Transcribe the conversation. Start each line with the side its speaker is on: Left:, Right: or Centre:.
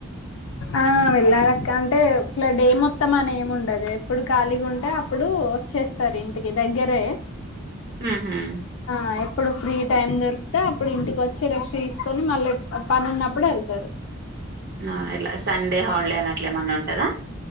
Left: ఆ వెళ్ళాలక్క అంటే ఇట్ల డే మొత్తం మొత్తం అని ఏమి ఉండదు ఎప్పుడు ఖాళీగా ఉంటే అప్పుడు వచ్చేస్తారు ఇంటికి దగ్గరే
Right: హు హమ్
Left: ఆ ఎప్పుడు ఫ్రీ టైం దొరికితే అప్పుడు ఇంటికి వచ్చి రెస్ట్ తీసుకొని మళ్ళీ పని ఉన్నప్పుడు తరు
Right: ఆ ఇట్లా సండే హాలిడే అనేట్లే ఏమన్నా ఉంటందా